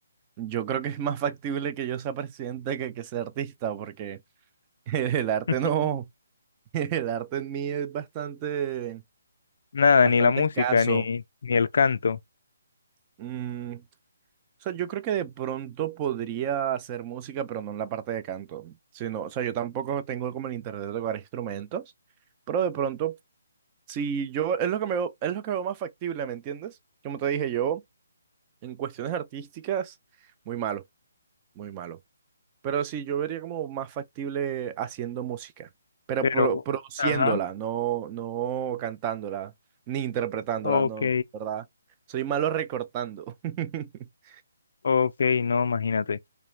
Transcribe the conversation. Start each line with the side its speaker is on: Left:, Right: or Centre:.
Right: yo creo que es más factible que yo sea presidente que que sea artista, porque <laughs> el arte
Left: <laughs>
Right: no, <laughs> el arte en mí es bastante,
Left: Nada,
Right: bastante
Left: ni la música,
Right: escaso.
Left: ni, ni el canto.
Right: Mm, O sea, yo creo que de pronto podría hacer música, pero no en la parte de canto. Sino, o sea, yo tampoco tengo como el interés de tocar instrumentos, pero de pronto, si yo, es lo que me veo, es lo que veo más factible, ¿me entiendes? Como te dije, yo, en cuestiones artísticas, muy malo, muy malo. Pero sí, yo vería como más factible haciendo música, pero
Left: Pero,
Right: pro- produciéndola,
Left: ajá,
Right: no, no cantándola, ni interpretándola,
Left: ok,
Right: no, ¿verdad? Soy malo recortando. <laughs>
Left: ok, no, imagínate.